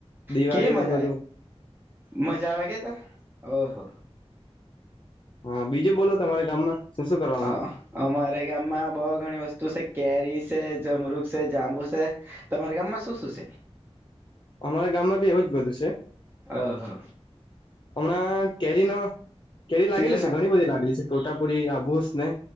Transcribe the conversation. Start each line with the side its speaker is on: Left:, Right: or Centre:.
Left: દિવાળી
Right: કેવી મજા
Left: ને બધું
Right: એ મજા આવે કે તો ઓહો
Left: હા બીજું બોલો તમારા ગામમાં શું શું કરવામાં
Right: અહ
Left: આવે
Right: અમારે ગામમાં બો ઘણી વસ્તુ છે કેરી છે જમરૂખ છે, જાંબુ છે તમારા ગામમાં શું શું છે?
Left: મારા ગામમાં એવું બધું છ છે.
Right: ઓહો
Left: હમણાં કેરી નો કેરી લાગેલી
Right: સીઝન
Left: છે, ઘણી બધી લાગેલી છે. તોતાપુરી, હાભુસ ને